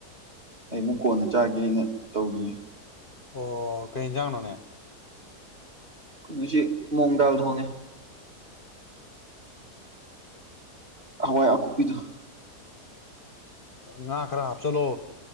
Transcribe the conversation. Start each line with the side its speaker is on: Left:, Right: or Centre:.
Right: ꯑꯩꯃꯨꯛ ꯀꯣꯟꯅ ꯆꯥꯒꯦꯅ ꯇꯧꯔꯤꯌꯦ
Left: ꯑꯣ ꯀꯩ ꯌꯦꯟꯖꯥꯡꯅꯣꯅꯦ
Right: ꯉꯁꯤ ꯃꯣꯡ ꯗꯥꯜ ꯊꯣꯡꯉꯦ ꯍꯋꯥꯏ ꯑꯀꯨꯞꯄꯤꯗꯣ
Left: ꯉꯥ ꯈꯔ ꯍꯥꯞꯆꯜꯂꯣ